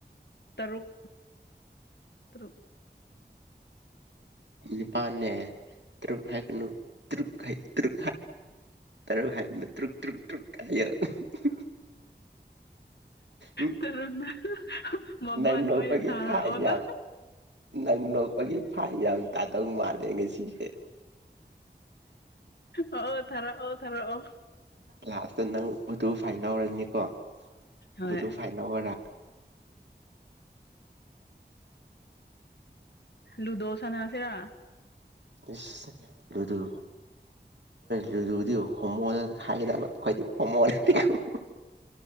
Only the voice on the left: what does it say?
ꯇꯔꯨꯛ ꯇꯔꯨꯛ
ꯇꯔꯨꯛꯅ ꯃꯃꯜ
ꯑꯣꯏꯅ ꯊꯥꯔꯛꯑꯣꯅ
ꯑꯣ ꯊꯥꯔꯣ ꯑꯣ ꯊꯥꯔ ꯑꯣ
ꯍꯣꯏ
ꯂꯨꯗꯣ ꯁꯅꯁꯤꯔꯥ